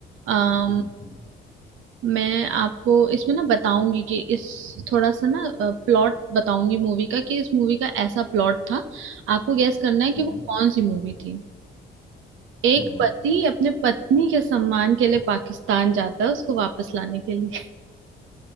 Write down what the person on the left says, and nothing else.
हम्म हम्म
हम्म
हम्म हम्म।